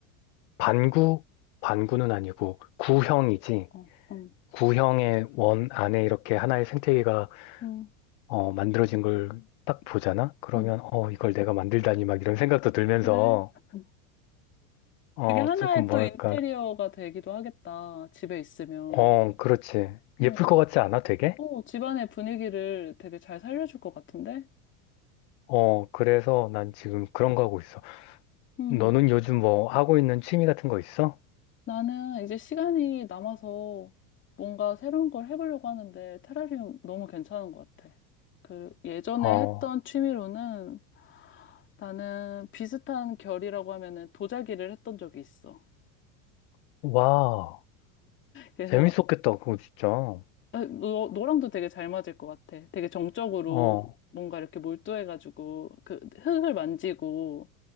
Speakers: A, on the left; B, on the left.
A: 반구, 반구는 아니고, 구형이지.
B: 어, 음,
A: 구형의 원 안에 이렇게 하나의 생태계가,
B: 음,
A: 어, 만들어진 걸 딱 보잖아? 그러면,
B: 음,
A: 어, 이걸 내가 만들다니, 막 이런 생각도 들면서,
B: 그래. 음.
A: 어,
B: 그게 하나의
A: 조금 뭐랄까,
B: 또 인테리어가 되기도 하겠다. 집에 있으면.
A: 어, 그렇지.
B: 어,
A: 예쁠 것 같지 않아, 되게?
B: 어, 집안의 분위기를 되게 잘 살려줄 것 같은데?
A: 어, 그래서 난 지금 그런 거 하고 있어.
B: 음,
A: 너는 요즘 뭐 하고 있는 취미 같은 거 있어?
B: 나는 이제 시간이 남아서 뭔가 새로운 걸 해보려고 하는데 테라리움 너무 괜찮은 것 같아. 그 예전에
A: 어,
B: 했던 취미로는 나는 비슷한 결이라고 하면은 도자기를 했던 적이 있어.
A: 와,
B: 그래서
A: 재밌었겠다, 그거 진짜.
B: 어, 너, 너랑도 되게 잘 맞을 것 같아. 되게 정적으로
A: 어,
B: 뭔가 이렇게 몰두해가지고 그 흙을 만지고